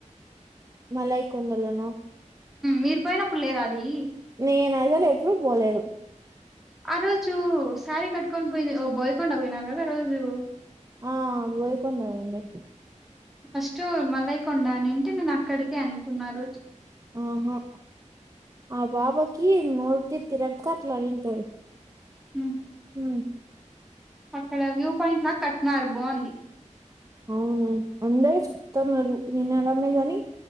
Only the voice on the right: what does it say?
మళయి కొండండాలనా
నేనాజ ప్పుూ బోలే
ఆ పోయికొందవడి
ఆహా ఆ బాబాకి నోడ్త తిరగగా అట్లరింతయి
హ
అవును అందర చెూప్తున్నారు వినకమే కాని